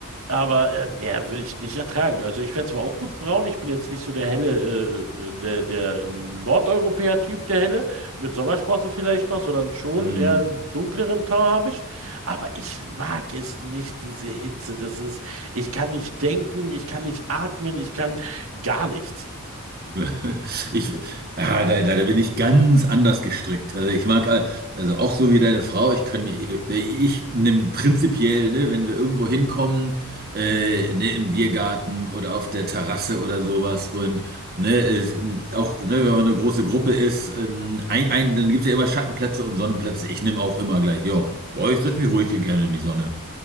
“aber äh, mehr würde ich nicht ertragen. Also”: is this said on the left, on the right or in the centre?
Right